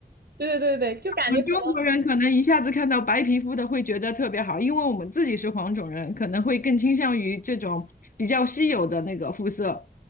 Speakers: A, on the right; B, on the left.
A: 对对对对，就感觉可能
B: 我们中国人可能一下子看到白皮肤的会觉得特别好，因为我们自己是黄种人，可能会更倾向于这种比较稀有的那个肤色。